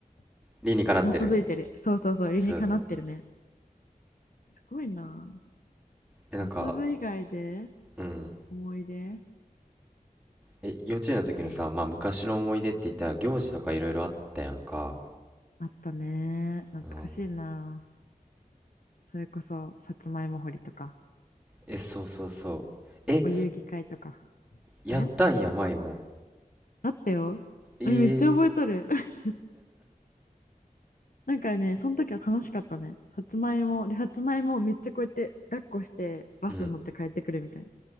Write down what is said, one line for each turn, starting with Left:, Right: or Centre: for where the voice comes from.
Centre: 理にかなってる。
Left: 基づいてる。そうそうそう、理にかなってるね。
Centre: そうそう。
Left: すごいな。
Centre: え、なんか、
Left: 遊ぶ以外で
Centre: うん。
Left: 思い出
Centre: え、幼稚園の時のさ、
Left: えー、
Centre: まあ昔の思い出って言ったら行事とかいろいろあったやんか。
Left: あったね。懐かしいな。
Centre: うん。
Left: それこそ、さつまいも掘りとか、
Centre: え、そうそうそう。え、
Left: お遊戯会とか。
Centre: やったんや、
Left: ね
Centre: 舞も。
Left: あったよ。
Centre: ええ
Left: えめっちゃ覚えとる。<laughs> なんかね、その時は楽しかったね。さつまいも、で、さつまいもをめっちゃこうやって抱っこしてバスに乗って帰ってくるみたいな。
Centre: うん。